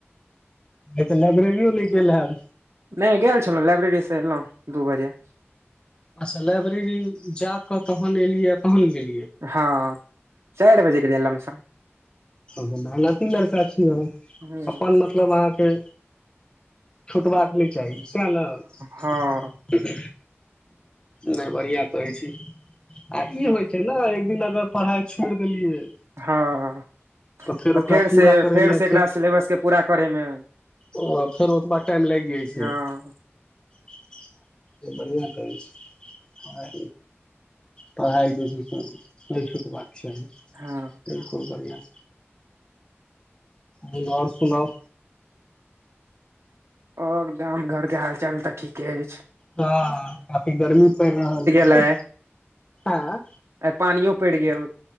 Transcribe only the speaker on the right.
नहि गेल छलहुँ लाइब्रेरी से एयलहुँ दू बजे
हँ चार बजे गेल लमसम
हँ
हँ
हाँ
तऽ
फेरसे
फेरसे एकरा सिलेबसके पूरा करयमे
हँ
हँ
ओर गाम घर के हाल चाल तऽ ठीके अइछ
गेल आइ
आइ पानियो पड़ि गेल